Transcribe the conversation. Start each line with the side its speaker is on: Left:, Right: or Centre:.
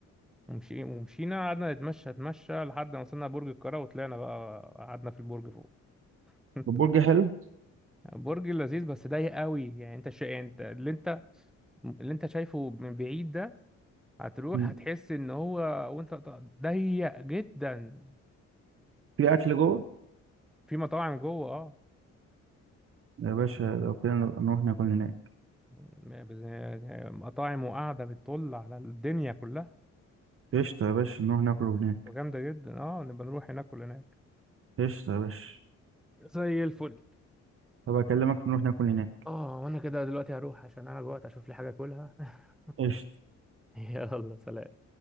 Centre: ومشي... ومشينا قعدنا نتمشى نتمشى لحد ما وصلنا برج القاهرة وطلعنا بقى قعدنا في البرج فوق <laughs>
Right: البرجر حلو
Centre: برج لذيذ بس ضيق قوي يعني انت شا... يعني انت اللي انت اللي انت شايفه من بعيد ده هتروح
Right: مم.
Centre: هتحس ان هو وانت ط- ضيق جدا
Right: في أكل جوه
Centre: في مطاعم جوه اه
Right: يا باشا لو كده نبقى نروح ناكل هناك
Centre: م- بز- مطاعم وقاعدة بتطل على الدنيا كلها
Right: قشطة يا باشا نروح ناكل هناك
Centre: وجامدة جدا اه نبقى نروح هناك كلنا
Right: قشطة يا باشا
Centre: زي الفل
Right: طب أكلمك نروح ناكل هناك
Centre: اه وانا كده دلوقتي هروح عشان انا جوعت اشوف لي حاجه اكلها <laughs>
Right: قشطة
Centre: يلا سلام